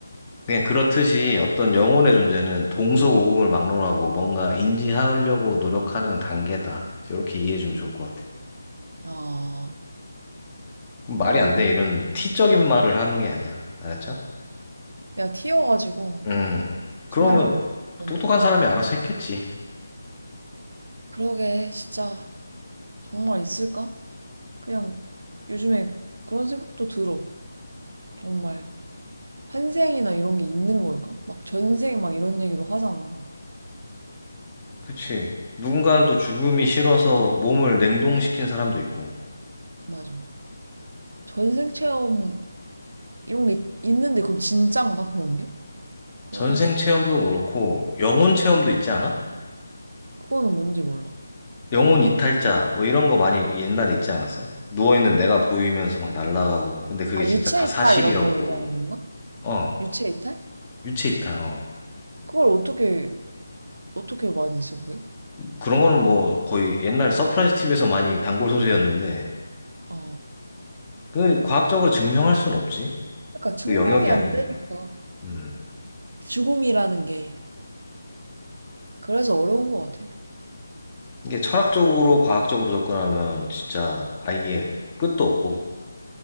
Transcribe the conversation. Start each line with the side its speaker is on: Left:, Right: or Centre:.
Left: 그냥 그렇듯이 어떤 영혼의 존재는 동서고금을 막론하고 뭔가 인지하려고 노력하는 단계다. 이렇게 이해해 주면
Right: 음.
Left: 좋을 것 같아.
Right: 야,
Left: 그럼 말이
Right: 어려운.
Left: 안 돼. 이런 티적인 말을 하는 게 아니야. 알았죠?
Right: 내가 튀어가지고
Left: 음. 그러면
Right: 순간적으로 그랬나
Left: 똑똑한
Right: 봐.
Left: 사람이 알아서 했겠지.
Right: 그러게, 진짜 정말 있을까? 그냥 요즘에 그런 생각도 들어. 정말 환생이나 이런 게 있는 걸까? 막 전생 막 이런 얘기도 하잖아.
Left: 그치. 누군가는 또 죽음이 싫어서 몸을 냉동시킨 사람도 있고,
Right: 맞아. 전생 체험 이런 게 있- 있는데 그럼 진짠가 그런 게? 그런
Left: 전생
Right: 생각도 들어.
Left: 체험도 그렇고, 영혼 체험도 있지 않아?
Right: 그거는 뭔지 몰라.
Left: 영혼 이탈자, 뭐 이런 거 많이 옛날에 있지 않았어? 누워있는 내가 보이면서 막 날아가고, 근데 그게
Right: 아,
Left: 진짜
Right: 유체
Left: 다
Right: 이탈
Left: 사실이었고,
Right: 이런 거 얘기하는 건가?
Left: 어,
Right: 유체 이탈?
Left: 유체 이탈, 어.
Right: 그걸 어떻게 어떻게 많이 있어 그게?
Left: 그런 거는 뭐 거의 옛날 서프라이즈 TV에서 많이 단골 소재였는데,
Right: 아,
Left: 그 과학적으로 증명할 수는 없지.
Right: 그러니까 증명이
Left: 그 영역이
Right: 안
Left: 아니니까.
Right: 되니까
Left: 음.
Right: 죽음이라는 게 그래서 어려운 것 같아.
Left: 이게 철학적으로, 과학적으로 접근하면 진짜 아예 끝도 없고,